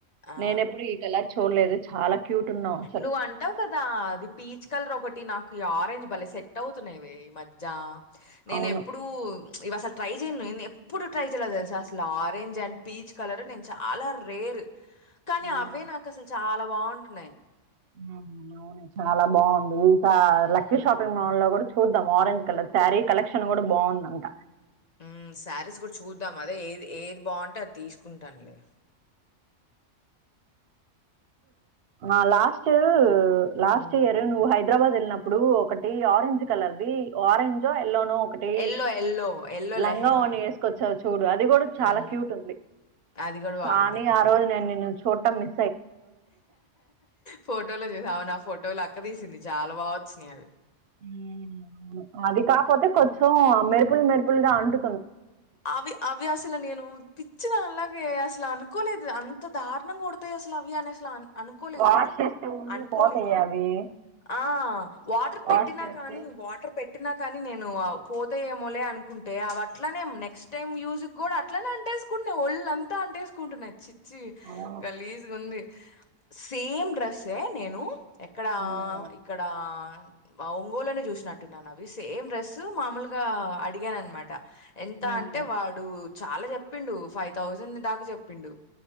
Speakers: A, on the left; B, on the right.
A: ఆ
B: నేను ఎప్పుడు ఈ కలర్ చూడలేదు చాలా క్యూట్ ఉన్నావు అసలు
A: నువ్వు అంటావు కదా అది పీచ్ కలర్ ఒకటి నాకు ఈ ఆరెంజ్ భలే సెట్ అవుతున్నాయి వే ఈ మజ్యా నేను
B: అవును
A: ఎప్పుడూ ఇవి అసలు ట్రై చేయను. నేను ఎప్పుడు ట్రై చేయల తెలుసా అసల ఆరెంజ్ అండ్ పీచ్ కలర్ నేను చాలా రేర్. కానీ
B: హ్మ్.
A: అవే నాకు అసలు చాలా బాగుంటున్నాయి
B: అవును చాలా బాగుంది
A: మ్మ్.
B: లక్కీ షాపింగ్ మాల్ లో కూడా చూద్దాం ఆరెంజ్ కలర్ శారీ కలెక్షన్ కూడా బాగుందంట
A: ఉమ్ శారీస్ కూడా చూద్దాం అదే ఏది ఏది బాగుంటే అది తీసుకుంటానులే
B: ఆ లాస్ట్ లాస్ట్
A: మ్మ్.
B: ఇయర్ నువ్ హై హైదరాబాద్ వెళ్ళినప్పుడు ఒకటి ఆరెంజ్ కలర్ ది ఆరెంజో లోనూ ఒకటి
A: ఎల్లో ఎల్లో ఎల్లో
B: లంగ
A: లెహెంగా
B: వోని వేసుకొచ్చావ్ చూడు అది కూడా చాలా
A: హ్మ్
B: క్యూట్ ఉంది
A: అది కూడా బాగుంది.
B: కానీ ఆ రోజు నేను నిన్ను చూ సమ్ మీ
A: ఫోటోలో చస్తావునా ఫో ఎవలో అక్క తీసింది చాలా బా వచ్చినయి అవి
B: ను అది కాపోతే కొంచెం మెరుపులు మెరుపులుగా అంటు
A: ఆవి అవి అసలు నేను పిచ్చి దని అలాగే అసలు అనుకోలేదు అంత దారుణంగా కొడతాయి అసలు అవి అనేసి లాన్ అనుకోలేదు
B: వాష్ చేస్తే ఉన్ని
A: అనుకోలేదు
B: పోతాయి అవి
A: ఆ వాటర్
B: వాష్
A: పెట్టినా
B: చేస్తే
A: కానీ వాటర్ పెట్ ట్టినా కానీ నేను పోతే ఏమోలే అనుకుంటే అవట్ అట్లనే నెక్స్ట్ టైమ్ యూజ్ కి కూడా అట్లనే అంటేసుకుంటున్నాయి ఒళ్ళ అంతా అంటేసుకుంటున్నాయి చి చ్చి
B: అవును
A: గలీజుగ ఉంది సేమ్ డ్రెస్సె నేను ఎక్కడా
B: హ్మ్
A: ఇక్కడా మా ఒంగోల్లోనే చూసినట్టున్నాను అవి సేమ్ డ్రెస్ మామూలుగా అడిగాను అన్నమాట ఎంత
B: హ్మ్
A: అంటే వాడు చాలా చెప్పిండు ఫైవ్ థౌజండ్ దాకా చెప్పిండు